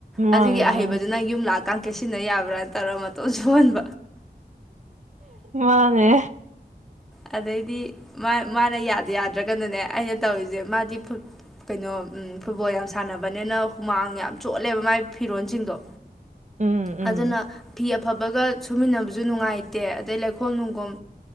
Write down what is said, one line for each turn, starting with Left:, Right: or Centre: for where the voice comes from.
Right: ꯃꯥꯅꯦ
Centre: ꯑꯗꯨꯒꯤ ꯑꯍꯩꯕꯗꯨ
Right: ꯃꯥꯅꯦ
Centre: ꯅꯪ ꯌꯨꯝ ꯂꯥꯛꯀ ꯀꯩꯠ ꯁꯤꯟꯅ ꯌꯥꯕ꯭ꯔꯥ ꯇꯧꯔꯒ ꯃꯇꯣꯟ ꯁꯍꯣꯟꯕ
Right: ꯃꯥꯅꯦ
Centre: ꯑꯗꯩꯗꯤ ꯃꯥꯅ ꯌꯥꯗ ꯌꯥꯗ꯭ꯔꯒꯅꯅꯦ ꯑꯩꯅ ꯇꯧꯔꯤꯁꯦ ꯃꯥꯗꯤ ꯀꯩꯅꯣ ꯐꯨꯠꯕꯣꯜ ꯌꯥꯝ ꯁꯥꯟꯅꯕꯅꯤꯅ ꯍꯨꯃꯥꯡ ꯌꯥꯝ ꯆꯣꯠꯂꯦꯕ ꯃꯥꯏ ꯐꯤꯔꯣꯁꯤꯡꯗꯣ
Right: ꯎꯝ ꯎꯝ
Centre: ꯑꯗꯨ ꯑꯗꯨꯅ ꯐꯤ ꯑꯐꯕꯒ ꯁꯨꯃꯤꯟꯅꯕꯁꯨ ꯅꯨꯡꯉꯥꯏꯇꯦ ꯑꯗꯩ ꯂꯩꯈꯣꯝ ꯅꯨꯡꯈꯣꯝ